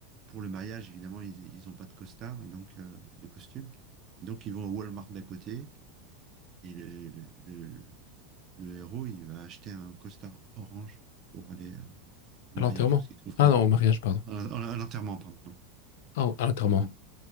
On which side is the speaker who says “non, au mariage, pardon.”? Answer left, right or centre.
Left